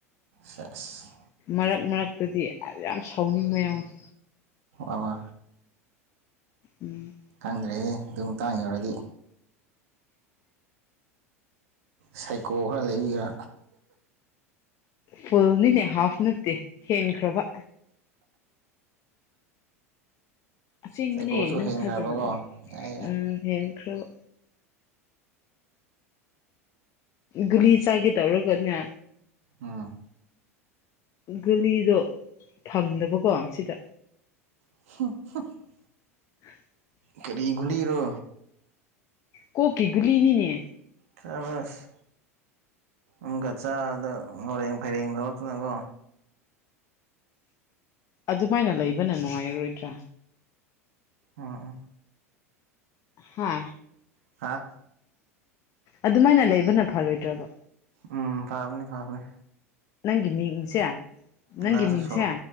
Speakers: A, on the right; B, on the left.
A: ꯁꯦꯁ
B: ꯃꯔꯛ ꯃꯔꯛꯇꯨꯗꯤ ꯌꯥꯝ ꯁꯥꯎꯅꯤꯡꯕ ꯌꯥꯎꯏꯤ
A: ꯑꯋꯥ
B: ꯎꯝ
A: ꯈꯪꯗ꯭ꯔꯦꯍꯦ ꯑꯗꯨ ꯃꯇꯥꯡ ꯌꯧꯔꯗꯤ ꯁꯥꯏꯀꯣ ꯈꯔ ꯂꯩꯌꯥ
B: ꯐꯨꯜꯅꯤꯅꯦ ꯍꯥꯐ ꯅꯠꯇꯦ ꯍꯦꯟꯈ꯭ꯔꯕ ꯑꯁꯦꯡꯕꯅꯦ
A: ꯁꯥꯏꯀꯣꯁꯨ
B: ꯅꯪ
A: ꯍꯦꯟꯈ꯭ꯔꯕꯀꯣ
B: ꯊꯥꯖꯗꯝ
A: ꯌꯥꯏ ꯌꯥꯏ
B: ꯎꯝ ꯍꯦꯟꯈ꯭ꯔꯕ ꯒꯨꯂꯤ ꯆꯥꯒꯦ ꯇꯧꯔꯒꯅꯦ
A: ꯎꯝ
B: ꯒꯂꯤꯗꯣ ꯐꯪꯗꯕꯀꯣ ꯁꯤꯗ
A: <unintelligible>
B: <inaudible>
A: ꯀꯔꯤꯒꯨꯜꯂꯤꯔꯣ
B: ꯀꯣꯀꯤꯒꯨꯜꯂꯤꯅꯤꯅꯦ
A: ꯇꯕꯁ ꯎꯝꯒꯠꯆꯥꯗꯣ ꯉꯔꯦꯡ ꯐꯩꯔꯦꯡ ꯂꯧꯔꯛꯇꯅꯀꯣ
B: ꯑꯗꯨꯃꯥꯏꯅ ꯂꯩꯕꯅ ꯅꯨꯡꯉꯥꯏꯔꯔꯣꯏꯗ꯭ꯔꯥ
A: ꯑꯥ ꯑꯥ
B: ꯍꯥ
A: ꯍꯥ
B: ꯑꯗꯨꯃꯥꯏꯅ ꯂꯩꯕꯅ ꯐꯔꯣꯏꯗ꯭ꯔꯕ
A: ꯑꯥ ꯐꯥꯕꯅꯤ ꯐꯥꯕꯅꯤ
B: ꯅꯪꯒꯤ ꯃꯤꯡꯁꯦ
A: ꯂꯥꯁꯇ
B: ꯅꯪꯒꯤ ꯃꯤꯡꯁꯦ
A: ꯁꯣꯔꯣꯛ